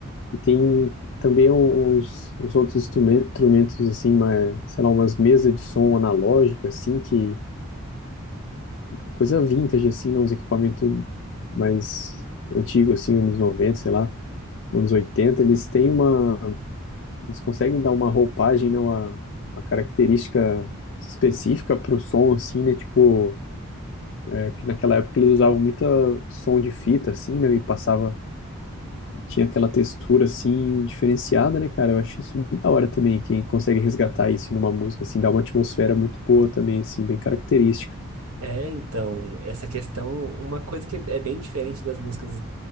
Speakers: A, on the left (about 55°); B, on the right (about 80°).
A: E tem também os, os outros instrumen- instrumentos, assim, mas, sei lá, umas mesas de som analógica, assim, que coisa vintage, assim, não, uns equipamentos mais antigos, assim, anos 90, sei lá, anos 80, eles têm uma, eles conseguem dar uma roupagem, né, uma, uma característica específica pro som, assim, né, tipo, é, que naquela época eles usavam muita som de fita, assim, né, e passava, tinha aquela textura, assim, diferenciada, né, cara, eu acho isso muito da hora também, quem consegue resgatar isso numa música, assim, dá uma atmosfera muito boa também, assim, bem característica.
B: É, então, essa questão, uma coisa que é bem diferente das músicas